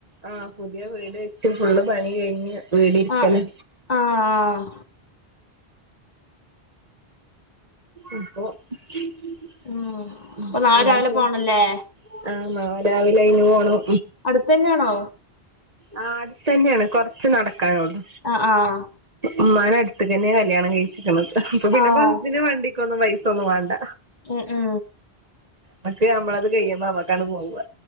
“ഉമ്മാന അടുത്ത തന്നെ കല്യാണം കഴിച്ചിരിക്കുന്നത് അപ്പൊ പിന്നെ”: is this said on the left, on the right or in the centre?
Right